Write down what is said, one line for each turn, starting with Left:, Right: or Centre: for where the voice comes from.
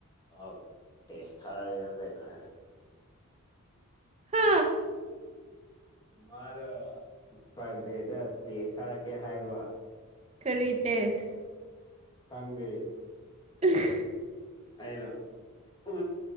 Left: ꯑꯣ ꯇꯦꯁ ꯊꯥ ꯀꯔꯦ
Right: ꯍꯥ
Left: ꯃꯥꯗꯣ ꯄ꯭ꯔꯥꯏꯚꯦꯠꯇ ꯇꯦꯖ ꯊꯥꯔꯛꯀꯦ ꯍꯥꯏꯕ
Right: ꯀꯔꯤꯗꯁ
Left: ꯊꯪꯅꯦ
Right: <unintelligible>
Left: ꯑꯩꯗꯣ ꯎ